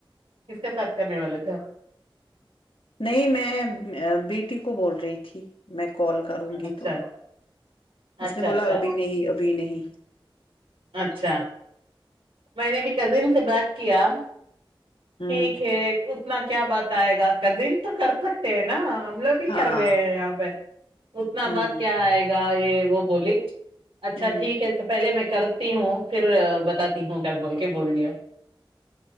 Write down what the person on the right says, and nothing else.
کس کے ساتھ کرنے والے تھے
اچھا
اچھا
اچھا
اچھا میں نے بھی کزن سے بات کیا
ٹھیک ہے اتنا کیا بات آئے گا کزن تو کر سکتے ہیں نا ہم لوگ ہی
کر رہے ہیں یہاں پہ اتنا
بعد کیا آئے گا گ یہ وہ بولی اچھا
ٹھیک ہے پہلے میں کرتی ہوں پھر بتاتی ہوں کل بول کے بول دیا